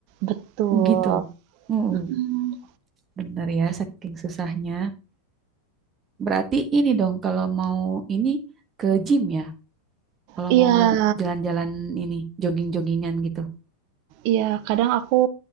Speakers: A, on the right; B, on the right.
A: Betul.
B: gitu. Mm-mm.
A: Mm,
B: Bener ya, saking susahnya. Berarti ini dong kalau mau ini ke gym ya, kalau
A: Iya,
B: mau jalan-jalan ini jogging-joggingan gitu.
A: iya. Kadang aku